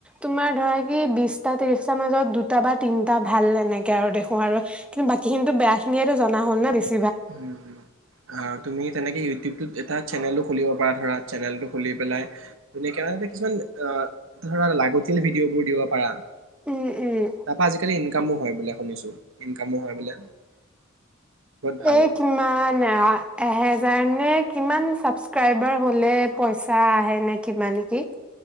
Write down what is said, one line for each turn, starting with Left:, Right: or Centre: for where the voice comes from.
Centre: তোমাৰ ধৰা কি বিচ। টা ত্ৰিশটাৰ মাজত দুটা বা তিনটা ভাল এনেকে আৰু দেখো আৰু কিন্তু বাকীখিনিতো বেয়া খিনিয়েটো জনা হ'ল না, বেছি।
Right: উম আৰু তুমি তেনেকে ইউটিউব টোত। এটা চেনেলটো খুলিব পাৰা ধৰা চেনেলটো খুলি পেলাই <inaudible> কিছুমান ধৰা লাগতিয়াল ভিডিঅ'বোৰ দিব পাৰা।
Centre: উম উম।
Right: তাপা আজিকালি ইনকামো হয়। বোলে শুনিছো ইনকামো হয় বোলে। ভাল
Centre: এ কিমান। <inaudible> এহেজাৰ নে কিমান ছাবস্ক্ৰাইবাৰ হলে পইচা আহে নে কিবা, নেকি?